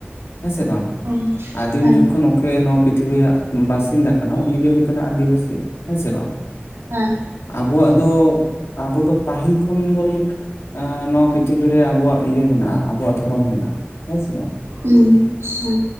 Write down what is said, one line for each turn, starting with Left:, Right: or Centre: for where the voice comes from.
Left: ᱦᱮᱸ ᱥᱮ ᱵᱟᱝ?
Right: ᱦᱩᱸ
Left: ᱟᱹᱫᱤᱢ
Right: ᱦᱳᱭ
Left: ᱡᱩᱜᱽ ᱠᱷᱚᱱ ᱚᱠᱚᱭᱮ ᱱᱚᱣᱟ ᱯᱤᱛᱷᱤᱵᱤ ᱭᱟᱜ ᱵᱟᱥᱤᱱᱫᱟ ᱠᱟᱱᱟ, ᱩᱱᱤ ᱜᱮ ᱦᱩᱭᱩᱜ ᱠᱟᱱᱟ ᱟᱹᱫᱤᱵᱟᱹᱥᱤ ᱦᱮᱸ ᱥᱮ ᱵᱟᱝ?
Right: ᱦᱮᱸ
Left: ᱟᱵᱚᱣᱟᱜ ᱫᱚ ᱟᱵᱚ ᱫᱚ ᱯᱟᱹᱦᱤᱞ ᱠᱷᱚᱱ ᱵᱚᱱ ᱱᱚᱣᱟ ᱯᱤᱛᱷᱤᱵᱤᱨ ᱨᱮ ᱟᱵᱩᱣᱟᱜ ᱤᱭᱟᱹ ᱦᱮᱱᱟᱜᱼᱟ, ᱟᱵᱚᱣᱟᱜ ᱫᱷᱚᱨᱚᱢ ᱦᱮᱱᱟᱜᱼᱟ᱾ ᱦᱮᱸ ᱥᱮ ᱵᱟᱝ
Right: ᱤᱧ ᱥᱮ